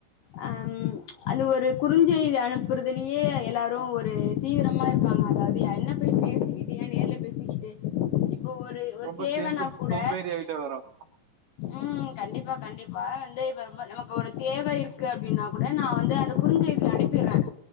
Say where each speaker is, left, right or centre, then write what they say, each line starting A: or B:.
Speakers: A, on the left; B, on the right.
A: ஹம்ம் ச் அந்த ஒரு குறுஞ்செய்தி அனுப்புறதுலயே எல்லாரும் ஒருத் தீவிரம் இருக்காங்க அதாவது என்ன போய் பேசிக்கிட்டு ஏன் நேர்ல பேசிக்கிட்டு இப்போ ஒரு ஒரு
B: ரொம்ப
A: தேவன்னா
B: சேம்பு
A: கூட
B: சோம்பேறி ஆயிட்டே வரும்
A: அம் கண்டிப்பா கண்டிப்பா வந்து இப்ப ரொம்ப நமக்கு ஒருத் தேவை இருக்கு அப்படின்னா கூட நான் வந்து அந்த குறிஞ்செய்தில அனுப்பிவிடுறேன்.